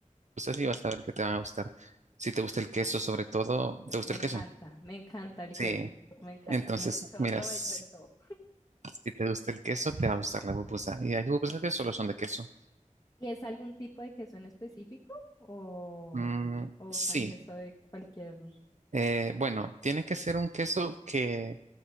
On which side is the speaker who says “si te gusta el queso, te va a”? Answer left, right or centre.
Right